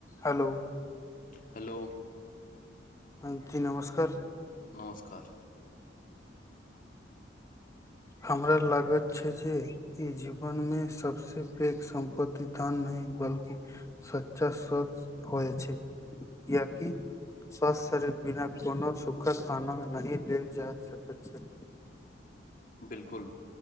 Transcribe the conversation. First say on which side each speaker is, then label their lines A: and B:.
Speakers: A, on the left; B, on the left.
A: Hello
B: hello
A: ह जी नमस्कार
B: नमस्कार ह
A: हमरा लागत छै जे ई जीवन मे सबस पैघ सम्पत्तति धन नहि बल्कि सच्चा स होइ छै कियाकी स्वासथ शरीर बिना कोनो सुखद आनन्द नहि लेल जा सकैत छै
B: बिलकुल